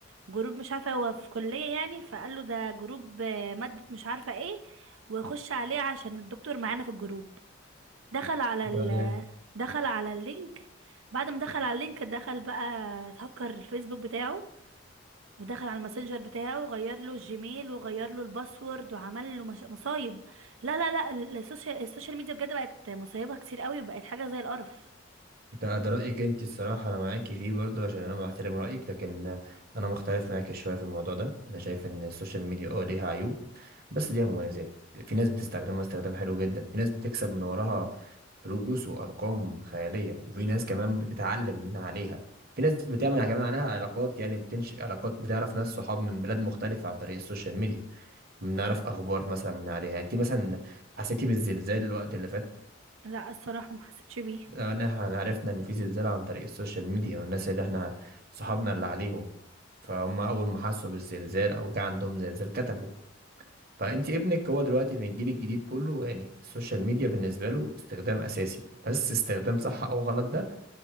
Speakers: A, on the right; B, on the right.
A: جروب مش عارفه هو في كليه يعني فقال له ده جروب اه، ماده مش عارفه ايه وخش عليه عشان الدكتور معانا في الجروب دخل على
B: بعدين
A: ال دخل على اللينك بعد ما دخل على اللينك دخل بقى اتهكر الفيسبوك بتاعه ودخل على الماسنجر بتاعه وغير له الجيميل وغير له الباسورد وعمل له مش- مصايب لا لا لا ال- السوشيال السوشيال ميديا بجد بقت مصايبها كتير قوي وبقت حاجة زي القرف
B: ده ده رأيك انت الصراحة انا معاكي فيه برضو عشان انا بحترم رأيك لكن انا مختلف معاكي شوية في الموضوع ده انا شايف ان السوشيال ميديا اه ليها عيوب بس ليها مميزات في ناس بتستخدمها استخدام حلو جدا في ناس بتكسب من وراها فلوس وارقام خيالية وفي ناس كمان بتتعلم من عليها في ناس بتعمل كمان عليها علاقات يعني بتنشئ علاقات بتعرف ناس صحاب من بلاد مختلفة عن طريق السوشيال ميديا بنعرف اخبار مثلا من عليها يعني انت مثلا حسيتي بالزلزال الوقت اللي فات
A: لا الصراحة ما حسيتش بيه
B: لو ان احنا عرفنا ان في زلزال عن طريق السوشيال ميديا والناس اللي احنا صحابنا اللي عليهم فهم اول ما حسوا بالزلزال او جه عندهم زلزال كتبوا فانت ابنك هو دلوقتي في الجيل الجديد كله يعني السوشيال ميديا بالنسبه له استخدام اساسي بس استخدام صح او غلط ده